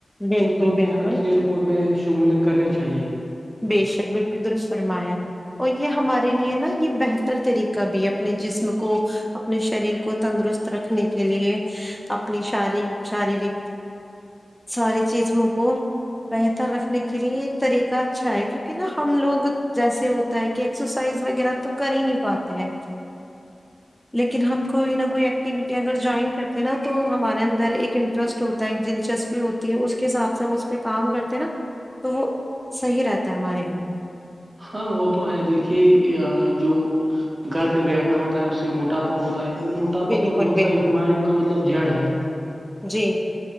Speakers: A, in the centre; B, on the right.
A: بالکل
B: اس دور میں
A: بالکل
B: ہمیں کھیل خود میں شمولیت کرنی چاہیے
A: بے شک بھی پھر درست فرمایا اور یہ ہمارے لیے نا یہ بہتر طریقہ بھی اپنے جسم کو اپنے شریر کو تندرست رکھنے کے لیے اپنی ش شاریرک ساری چیز موں کو بہتر رکھنے کے لیے ایک طریقہ اچھا ہے کیونکہ نا ہم لوگ جیسے ہوتا ہے کہ ایکسرسائز وغیرہ تو کر ہی نہیں پاتے ہیں لیکن ہم کوئی نہ کوئی ایکٹیوٹی اگر جوائن کرتے ہیں نا تو ہمارے اندر ایک انٹرسٹ ہوتا ہے دلچسپی ہوتی ہے اس کے حساب سے ہم اس پہ کام کرتے ہیں نا تو وہ صحیح رہتا ہے ہمارے لیے
B: ہاں وہ تو ہے دیکھیے جو گھر پہ بیٹھنا ہوتا ہے اس سے موٹاپا ہوتا ہے اور موٹاپا
A: بالکل
B: تو بہت
A: بالکل
B: ساری بیماریوں کا مطلب جڑ ہے
A: جی